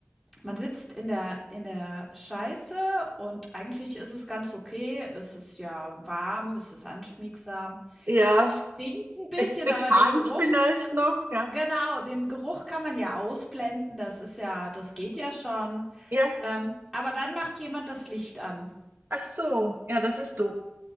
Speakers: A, in the centre; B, on the right.
A: man sitzt in der, in der Scheiße und eigentlich ist es ganz okay. Es ist ja warm, es ist anschmiegsam,
B: Ja,
A: stinkt ein bisschen,
B: es ist bekannt
A: aber den Geruch
B: vielleicht noch, ja.
A: Genau, den Geruch kann man ja ausblenden, das ist ja, das geht ja schon.
B: Ja,
A: Ähm, aber dann macht jemand das Licht an.
B: ach so, ja, das ist du.